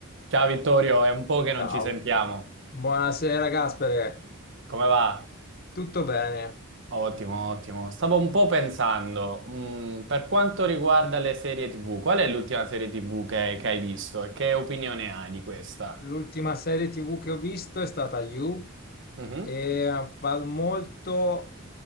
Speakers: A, on the right (about 60°); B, on the left (about 45°).
A: Ciao Vittorio, è un po' che
B: Ciao,
A: non ci sentiamo.
B: buonasera Gaspere,
A: Come va?
B: tutto bene?
A: Ottimo, ottimo. Stavo un po' pensando, mm, per quanto riguarda le serie TV, qual è l'ultima serie TV che, che hai visto e che opinione hai di questa?
B: L'ultima serie TV che ho visto è stata You,
A: Mhm.
B: E vado molto